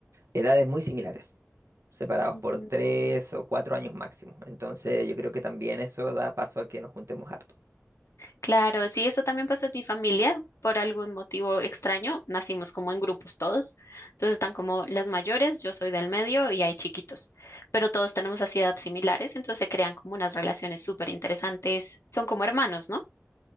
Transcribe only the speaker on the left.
ujú.
Claro, sí, eso también pasó en mi familia. Por algún motivo extraño, nacimos como en grupos todos. Entonces están como las mayores, yo soy del medio y hay chiquitos. Pero todos tenemos así edades similares, entonces se crean como unas relaciones súper interesantes. Son como hermanos, ¿no?